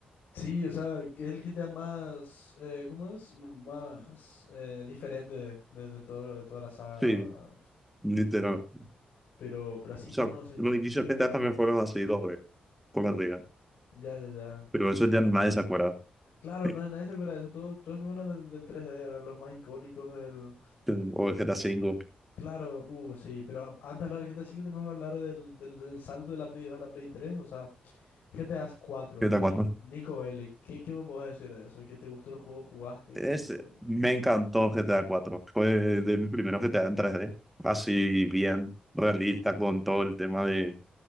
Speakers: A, on the left; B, in the centre.
A: Sí, o sea, que es el GTA más. Eh, ¿cómo es? M- Más eh, diferente de, de, todo, de toda la saga,
B: Sí,
A: ¿verdad?
B: literal.
A: Pero, pero así
B: O sea,
A: no, no sé.
B: los inicios pentas también fueron así dos veces, por arriba.
A: Ya, ya, ya.
B: Pero eso ya nadie se acuerda.
A: Claro,
B: <laughs>
A: no, nadie se acuerda de eso. Todos todos se acuerdan del, del tres d eran los más icónicos del.
B: O el GTA V,
A: Claro, uh, sí, pero a- antes de hablar del GTA V tenemos que hablar del, del, del salto de la Play dos a la Play tres o sea. GTA cuatro?
B: GTA
A: Nic-
B: cuatro,
A: Nico Bellic, ¿qué, qué me puedes decir de eso? ¿Qué te gustó el juego, jugaste?
B: Es,
A: ¿Qué, qué...
B: me encantó GTA cuatro, Fue de mi primer GTA en tres d Así bien realista con todo el tema de